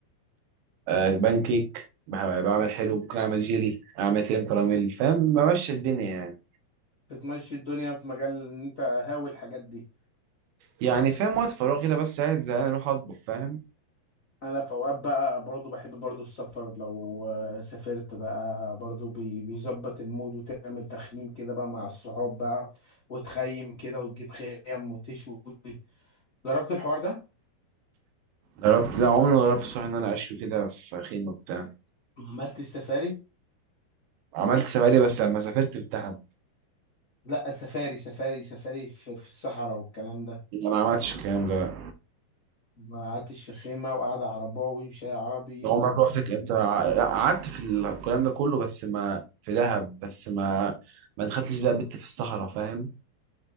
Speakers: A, on the right; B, on the left.
A: آه بان كيك بح- بعمل حلو ممكن اعمل جيلي اعمل كريم كراميل فاهم بمشي الدنيا يعني
B: بتمشي الدنيا في مجال ان انت هاوي الحاجات دي
A: يعني فاهم وقت فراغي لا بس قاعد زهقان اروح اطبخ فاهم
B: انا في اوقات بقى برضو بحب برضو السفر لو آه، سافرت بقى برضو بي- بيظبط المود وتعمل تخييم كده بقى مع الصحاب بقى وتخيم كده وتجيب خيم وتشوي جربت الحوار ده
A: جربت لا عمري ما جربت الصراحه ان انا اشوي كده في خيمه بتاع
B: عملت السفاري
A: عملت سفاري بس لما سافرت في دهب
B: لا سفاري سفاري سفاري في, في الصحراء والكلام ده
A: لا ما عملتش الكلام ده لا
B: ما قعدتش في خيمة وقعدة عرباوي وشاي عربي
A: ده عمرك
B: و...
A: روحتك انت ع- لا، قعدت في الكلام ده كله بس ما في دهب بس ما ما دخلتش بقى بت في الصحراء فاهم